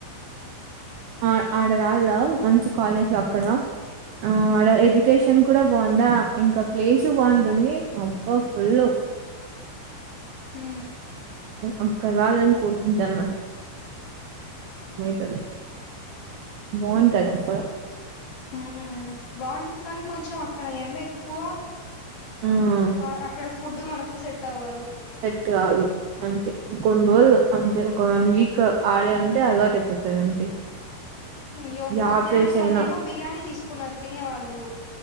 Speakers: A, on the right; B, on the left.
A: ఆ ఆడ రాళ్ళా మంచి కాలేజ్ లో అక్కడా ఆ ఆడ ఎడ్యుకేష్ న్ కూడా బాగుందా. ఇంకా ప్లేసు బాగుంటుందీ. అబ్బా ఫుల్లూ
B: హ్మ
A: అక్కడ రావాలని కోరుకుంటాన్నా. మయితడు. బావుంటది అక్కడ.
B: హ్మూ బాగుంటది కానీ కొంచెం అక్క డ ఎండ ఎక్కువా.
A: ఉమ్
B: అ అక్కడ ఫుడ్డూ మనకు సెట్ అవ్వదు.
A: సెట్ కాదు అంతే ఇంకొన్ని రోజులు. అంతే ఒక వన్ వీక ఆడే ఉండ్ టే అలవాటు ఐ పోతది అంతే
B: అయ్యో
A: జాబ్
B: మధ్యాహ్నం
A: ప్లేస్
B: వాళ్ళేమో
A: అయినా
B: బిర్యానీ తీసుకున్నారు తినేవాళ్ళు